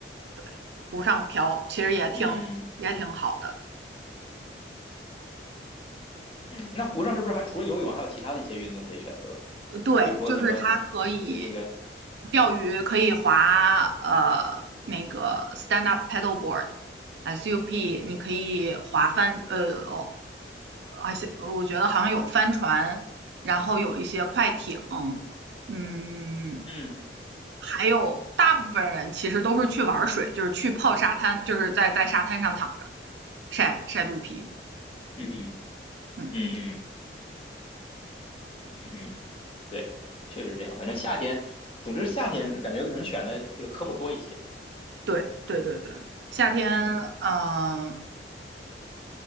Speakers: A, on the right (about 70°); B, on the left (about 30°).
A: 对，湖上漂，其实也挺也挺好的。
B: 嗯嗯，那湖上是不是还除了游泳，还有其他的一些运动可以选择？
A: 呃对，
B: 比如说什么，
A: 就是它可以
B: 就是那个
A: 钓鱼，可以划呃那个 stand up paddleboard。SUP，你可以划帆，呃，哦。而且呃我觉得好像有帆船，然后有一些快艇，嗯，
B: 嗯
A: 还有大部分人其实都是去玩水，就是去泡沙滩，就是在在沙滩上躺着晒晒肚皮。
B: 嗯
A: 嗯，
B: 嗯嗯嗯，对，确实是这样。反正夏天，总之夏天感觉能选的这个科目多一些。
A: 对对对对，夏天，
B: 嗯嗯
A: 嗯、